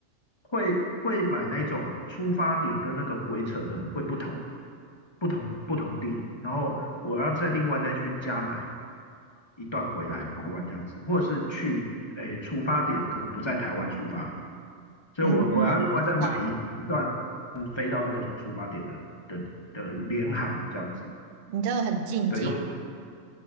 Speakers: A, on the left (about 30°); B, on the right (about 70°).
A: 会会买那种出发点跟那个回程的会不同的，不同不同地，然后我要再另外再去加买一段回来台湾这样子，或者是去诶出发点可能不在台湾出发，所以我我要另外再买一一段
B: 嗯，我知道，
A: 飞到那个出发点的的的联航这样子，
B: 你这个很进阶。
A: 对，用。